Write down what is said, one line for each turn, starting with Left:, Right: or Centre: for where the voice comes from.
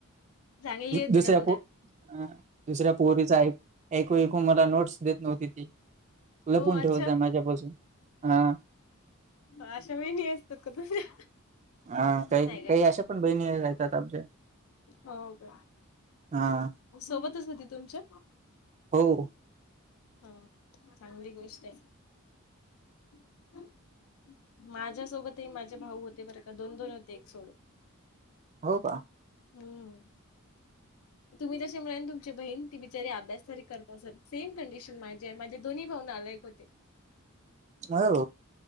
Left: चांगली होती
Right: दुसऱ्या
Left: ना मग
Right: पो अ दुसऱ्या पोरीचा ऐक. ऐकू ऐकू मला नोट्स देत नव्हती. ती
Left: हो
Right: लपून ठेवत
Left: अच्छा
Right: जा माझ्यापासून हां.
Left: आश्या बहिणी असतात का तुझ्या.
Right: हा काही
Left: नाही काय.
Right: काही अशा, पण बहिणी राहतात आमच्या.
Left: हो का,
Right: हा
Left: सोबतच होती तुमच्या.
Right: हो.
Left: हा चांगली गोष्ट ये. <unintelligible> माझ्यासोबतही माझे भाऊ होते, बरं का दोन दोन होते एक सोडून.
Right: हो का.
Left: हम्म, तुम्ही तसे मिळेल तुमची बहीण. ती बिचारी अभ्यासरी तरी करत असल, सेम कंडिशन माझे, माझे दोन्ही भाऊ नालायक होते.
Right: हो.